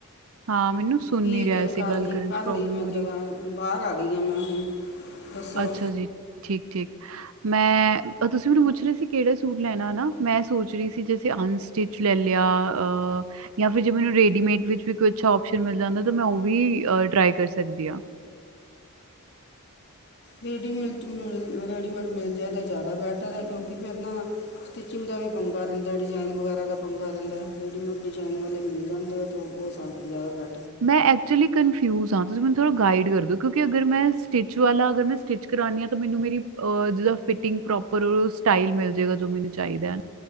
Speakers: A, on the right; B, on the left.
A: ਹਾਂ ਮੈਨੂੰ ਸੁਣ
B: ਠੀਕ
A: ਨਹੀਂ ਰਿਹਾ
B: ਏ
A: ਐਸੀ
B: ਕਰ
A: ਗੱਲ
B: ਲਈ-
A: ਕਰਨ
B: ਕਰ
A: 'ਚ ਪ੍ਰੋਬਲਮ
B: ਲਈ ਮੈਂ
A: ਹੋ
B: ਜਗਾ
A: ਰਹੀ
B: ਬਾਹਰ ਆ ਗਈ ਹਾਂ ਮੈਂ ਹੁਣ। ਦੱਸੋ
A: ਅੱਛਾ ਜੀ ਠੀਕ- ਠੀਕ। ਮੈਂ ਤੁਸੀਂ ਮੈਨੂੰ ਪੁੱਛ ਰਹੇ ਸੀ ਕਿਹੜਾ ਸੂਟ ਲੈਣਾ ਮੈਂ ਸੋਚ ਰਹੀ ਸੀ ਜੈਸੇ ਅਨਸ- ਸਟਿਚ ਲੈ ਲਿਆ, ਆ। ਜਾਂ ਫੇਰ ਜੇ ਮੈਨੂੰ ਰੇਡੀਮੇਡ ਵਿੱਚ ਵੀ ਈ ਅਛਾ ਮਿਲ ਜਾਂਦਾ ਤਾਂ ਮੈਂ ਉਹ ਵੀ ਟਰਾਈ ਕਰ ਸਕਦੀ ਆ <inaudible>
B: ਰੇਡੀਮੇਡ ਮਿੰਟ ਮਿਲ ਰੇਡੀਮੇਡ ਮਿਲ ਜਾਏ ਤਾਂ ਜਾਦਾ ਬੈਟਰ ਐ ਕਿਉਂਕਿ ਫਿਰ ਨਾ ਸਟਿਚਿੰਗ ਦਾ ਵੀ ਪੰਗਾ ਰੈਂਦਾ ਡਿਜ਼ਾਇਨ ਵਗੈਰਾ ਦਾ ਪੰਗਾ ਰੈਂਦਾ ਰੇਡੀਮੇਡ ਡਿਜ਼ਾਇਨ ਵਾਲੇ ਮਿਲ ਜਾਂਦੇ ਆ। ਤਾਂ ਓ ਸਾਨੂੰ ਜਾਦਾ ਬੈ
A: ਮੈਂ ਐਕਚੁਲੀ ਕਨਫਿਊਜ਼ ਆਂ ਤੁਸੀ ਮੈਨੂੰ ਥੋੜ੍ਹਾ ਗਾਈਡ ਕਰ ਦਿਉ ਕਿਉਂਕਿ ਅਗਰ ਮੈਂ ਸਟਿਚ ਵਾਲਾ ਅਗਰ ਮੈਂ ਸਟਿਚ ਕਰਾਣੀ ਆਂ ਮੈਨੂੰ ਮੇਰੀ ਓ ਜਿਦਾਂ ਫਿਟਿੰਗ ਪ੍ਰੋਪਰ ਸਟਾਈਲ ਮਿਲ ਜਾਏਗਾ ਜੋ ਮੈਨੂੰ ਚਾਈਦਾ।